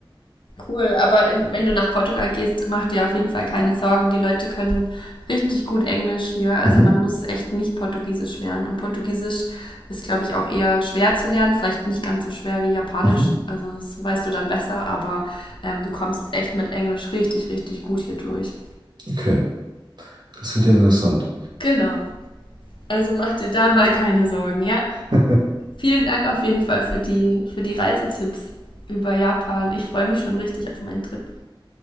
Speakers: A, on the left; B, on the right.
A: Cool, aber in, wenn du nach Portugal gehst, mach dir auf jeden Fall keine Sorgen. Die Leute können richtig gut Englisch hier. Also
B: Mhm.
A: man muss echt nicht Portugiesisch lernen. Und Portugiesisch ist, glaube ich, auch eher schwer zu lernen. Vielleicht nicht ganz so schwer wie Japanisch.
B: Mhm.
A: Also das weißt du dann besser, aber ähm, du kommst echt mit Englisch richtig, richtig gut hier durch.
B: Okay. Das klingt ja interessant.
A: Genau. Also mach dir da mal keine Sorgen, ja?
B: <laughs>
A: Vielen Dank auf jeden Fall für die, für die Reisetipps über Japan. Ich freue mich schon richtig auf meinen Trip.